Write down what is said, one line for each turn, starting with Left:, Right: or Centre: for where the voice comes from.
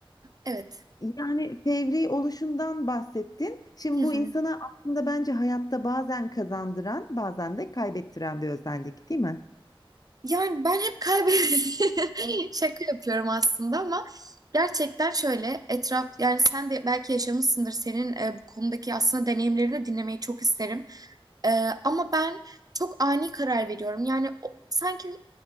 Right: evet.
Left: yani fevri oluşundan bahsettin. Şimdi
Right: Hı hı.
Left: bu insana aslında bence hayatta bazen kazandıran bazen de kaybettiren bir özellik değil mi?
Right: Yani ben hep kaybediyorum. <laughs> Şaka yapıyorum aslında ama gerçekten şöyle etraf yani sen de belki yaşamışsındır senin e, bu konudaki aslında deneyimlerini de dinlemeyi çok isterim. E, ama ben çok ani karar veriyorum. Yani o- sanki